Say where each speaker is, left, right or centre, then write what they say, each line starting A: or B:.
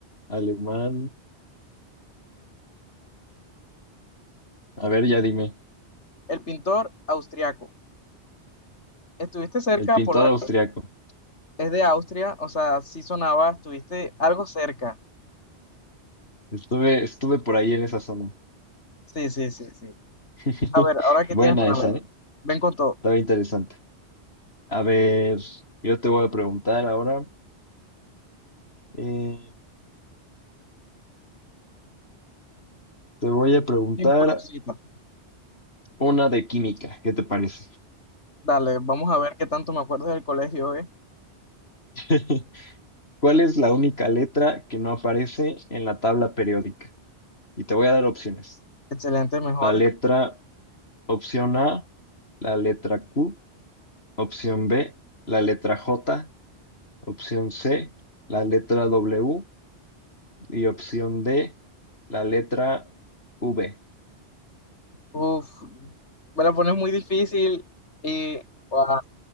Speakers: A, on the left; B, on the left.
A: alemán. A ver, ya dime.
B: El pintor austriaco. Estuviste cerca,
A: El pintor
B: polaco.
A: austriaco.
B: Es de Austria, o sea, sí sonaba, estuviste algo cerca.
A: Estuve, estuve por ahí en esa zona.
B: Sí, sí, sí, sí.
A: <laughs>
B: A ver, ahora qué
A: Buena
B: tienes para
A: esa,
B: mí.
A: ¿eh?
B: Ven con todo.
A: Estaba interesante. A ver, yo te voy a preguntar ahora. eh, te voy a preguntar
B: Bien curiosita.
A: una de química. ¿Qué te parece?
B: Dale, vamos a ver qué tanto me acuerdo del colegio, ¿eh?
A: <laughs> ¿Cuál es la única letra que no aparece en la tabla periódica? Y te voy a dar opciones.
B: Excelente, mejor.
A: La letra, opción A, la letra Q, opción B, la letra J, opción C, la letra W Y opción D, la letra V.
B: Uf, me la pones muy difícil y ah,